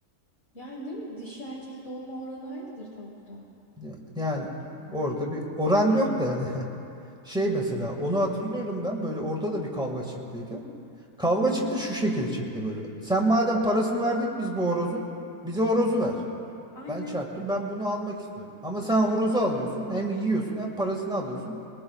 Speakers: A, on the left; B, in the centre.
A: Yani değil mi? Dişi erkek doğma oranı aynıdır tavukta.
B: Ya- Yani orada bir oran yok da hani <laughs> şey mesela onu hatırlıyorum ben böyle orada da bir kavga çıktıydı. Kavga çıktı şu şekil çıktı böyle. Sen madem parasını verdik biz bu horozun bize horozu ver.
A: Aynen.
B: Ben çarptım ben bunu almak istiyorum. Ama sen horozu alıyorsun hem yiyorsun hem parasını alıyorsun.